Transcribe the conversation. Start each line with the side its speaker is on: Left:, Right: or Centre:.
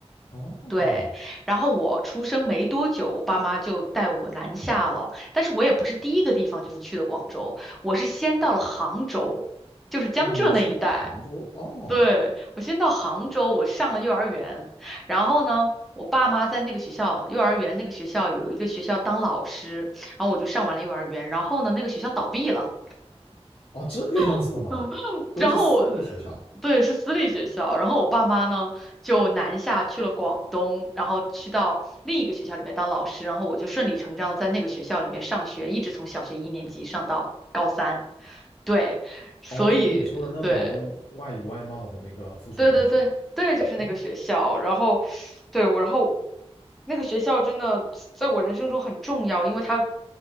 Left: 哦
Centre: 对。然后我出生没多久，我爸妈就带我南下了，但是我也不是第一个地方就是去的广州，我是先到了杭州，就是江浙那一带。
Left: 哦，你们先在杭州，哦
Centre: 对，我先到杭州，我上了幼儿园，然后呢，我爸妈在那个学校，幼儿园那个学校有一个学校当老师，然后我就上完了幼儿园，然后呢，那个学校倒闭了，
Left: 哦，这个样子的吗？
Centre: <laughs> 嗯，
Left: 都是私立学校，
Centre: 然后我，对，是私立学校，然后我爸妈呢就南下去了广东，然后去到另一个学校里面当老师，然后我就顺理成章的在那个学校里面上学，一直从小学一年级上到高三，对，所以对。
Left: 哦，就是你说的那广东外语外贸的那个附属中学。
Centre: 对对对对，就是那个学校。
Left: 哦
Centre: 然后，对我，然后那个学校真的在我人生中很重要，因为它